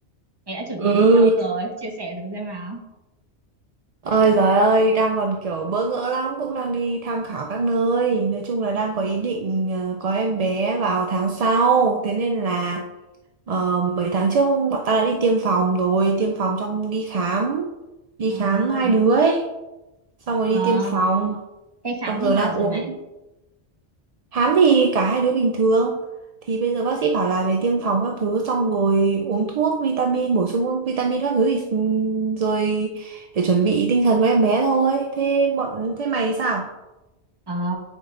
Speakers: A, on the right; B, on the right.
A: Mày đã chuẩn
B: Ừ,
A: bị đến đâu rồi? Chia sẻ thử xem nào.
B: Ôi giời ơi, đang còn kiểu bỡ ngỡ lắm, cũng đang đi tham khảo các nơi. Nói chung là đang có ý định ờ, có em bé vào tháng sau. Thế nên là ờ, mấy tháng trước bọn tao đã đi tiêm phòng rồi, tiêm phòng xong đi khám, đi
A: Ờ,
B: khám hai đứa ấy. Xong rồi
A: ờ,
B: đi tiêm phòng,
A: cái khám
B: xong
A: thế
B: rồi
A: nào
B: đang
A: rồi
B: uống
A: mày?
B: Hám thì cả hai đứa bình thường. Thì bây giờ bác sĩ bảo là về tiêm phòng các thứ xong rồi uống thuốc, vitamin, bổ sung vitamin các thứ thì ừm, rồi để chuẩn bị tinh thần của em bé thôi. Thế bọn thế mày thì sao?
A: Ờ,